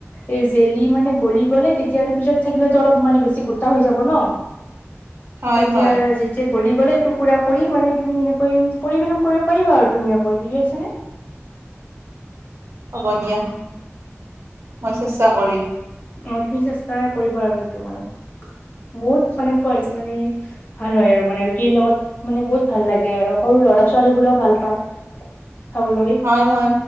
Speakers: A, on the left; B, on the right.
A: এই জেলি মানে গলি গ'লে তেতিয়া আৰু পিছত থাকিলেতো অলপ মানে বেছি গোটা হৈ যাব ন
B: হয়
A: তেতিয়া
B: হয়
A: যেতিয়া গলি গ'লে তোক পুৰা কৰি মানে তুমি এনেকৈ পৰিবেশন কৰিব পাৰিবা আৰু ধুনীয়াকৈ বুজি পাইছানে <unintelligible>
B: হ'ব দিয়া মই চেষ্টা কৰিম।
A: অ, তুমি চেষ্টা কৰিবা আৰু এইটো মানে। বহুত মানে খ মানে ভাল হয় আৰু মানে ৰুটিৰ লগত মানে বহুত ভাল লাগে আৰু সৰু ল'ৰা ছোৱালী গুলোও ভাল পায় খাবলৈ।
B: হয় হয়